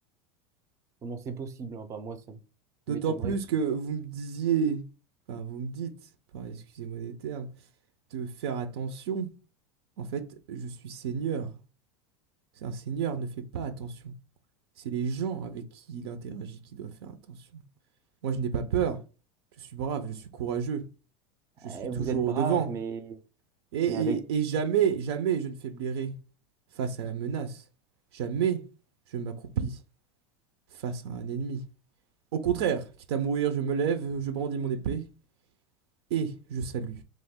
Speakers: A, on the right (about 25°); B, on the right (about 80°).
A: comment c'est possible. hein. Enfin, moi, ça
B: D'autant
A: m'étonnerait
B: plus
A: que ce...
B: que vous me disiez, enfin, vous me dites, par- excusez-moi des termes, de faire attention. En fait, je suis seigneur. Un seigneur ne fait pas attention. C'est les gens avec qui il interagit qui doivent faire attention. Moi, je n'ai pas peur. Je suis brave, je suis courageux. Je
A: Eh,
B: suis toujours
A: vous êtes
B: au
A: brave,
B: devant.
A: mais,
B: Et, et,
A: mais avec
B: et jamais, jamais je ne faiblirai face à la menace. Jamais je m'accroupis face à un ennemi. Au contraire, quitte à mourir, je me lève, je brandis mon épée et je salue